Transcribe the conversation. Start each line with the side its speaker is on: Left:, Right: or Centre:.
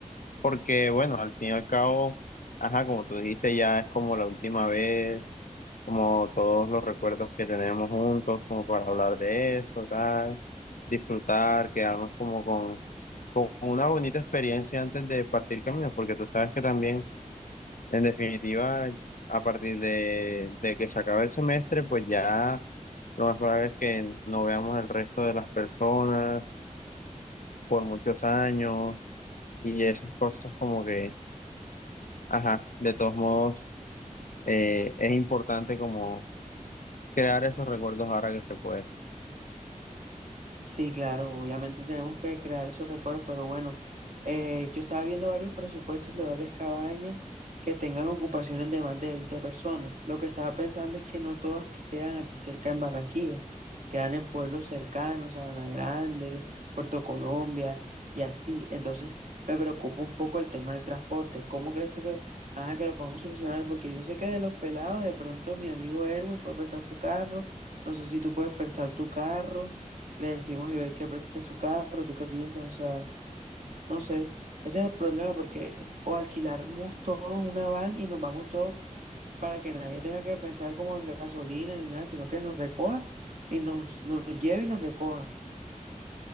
Left: Porque, bueno, al fin y al cabo, ajá, como tú dijiste, ya es como la última vez, como todos los recuerdos que tenemos juntos, como para hablar de eso, tal, disfrutar, quedarnos como con, con una bonita experiencia antes de partir caminos, porque tú sabes que también, en definitiva, a partir de, de que se acabe el semestre, pues ya lo más probable es que no veamos el resto de las personas por muchos años y esas cosas como que Ajá, de todos modos, eh, es importante como crear esos recuerdos ahora que se puede.
Right: Sí, claro, obviamente tenemos que crear esos recuerdos, pero bueno, eh, yo estaba viendo varios presupuestos de varias cabañas que tengan ocupaciones de más de 20 personas. Lo que estaba pensando es que no todas quedan aquí cerca en Barranquilla, quedan en pueblos cercanos, Sabana Grande, Puerto Colombia y así. Entonces me preocupa un poco el tema del transporte. ¿Cómo crees tú que, ajá, que lo podemos solucionar? Porque yo sé que de los pelados, de pronto mi amigo Erwin puede prestar su carro, no sé si tú puedes prestar tu carro le decimos a Iber que preste su carro, ¿tú qué piensas? O sea, no sé, ese es el problema porque o alquilamos todos una van y nos vamos todos para que nadie tenga que pensar como en gasolina ni nada, sino que nos recoja y nos, nos lleve y nos recoja.